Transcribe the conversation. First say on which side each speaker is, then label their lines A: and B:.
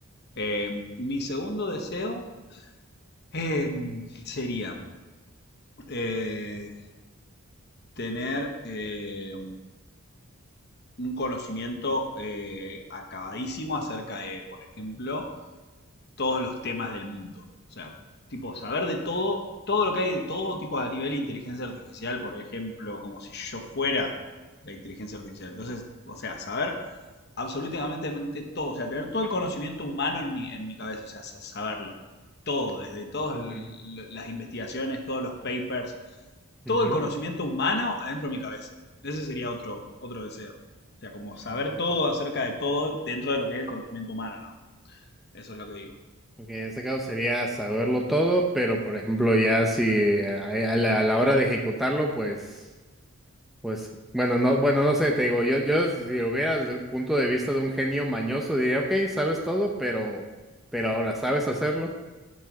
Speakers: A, on the left; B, in the centre.
A: eh, mi segundo deseo eh, sería eh, tener eh, un conocimiento eh, acabadísimo acerca de, por ejemplo, todos los temas del mundo. O sea, tipo, saber de todo, todo lo que hay de todo, tipo a nivel de inteligencia artificial, por ejemplo, como si yo fuera la inteligencia artificial. Entonces, o sea, saber absolutamente todo, o sea, tener todo el conocimiento humano en mi, en mi cabeza, o sea, saberlo. Todo, desde todas
B: Ujú,
A: las investigaciones, todos los papers,
B: ujú.
A: todo el conocimiento humano adentro de mi cabeza. Ese sería otro, otro deseo. O sea, como saber
B: Ujú.
A: todo acerca de todo dentro de lo que es el conocimiento humano, ¿no? Eso es lo que digo.
B: Ok, en este caso sería saberlo todo, pero por ejemplo ya si a, a la, a la hora de ejecutarlo, pues, pues, bueno, no, bueno, no sé, te digo, yo, yo si lo hubiera desde el punto de vista de un genio mañoso, diría, ok, sabes todo, pero, pero ahora, ¿sabes hacerlo?